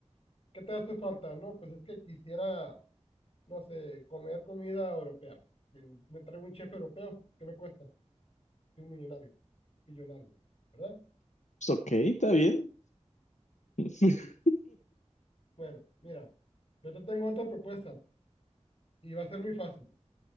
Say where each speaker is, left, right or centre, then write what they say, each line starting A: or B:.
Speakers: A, on the left; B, on the left.
A: ¿Qué te hace falta? No, pues es que quisiera, no sé, comer comida europea. Que Me traigo un chef europeo, ¿qué me cuesta? Soy un millonario, billonario, ¿verdad?
B: Pues ok, está bien. <laughs>
A: Bueno, mira, yo te tengo otra propuesta y va a ser muy fácil.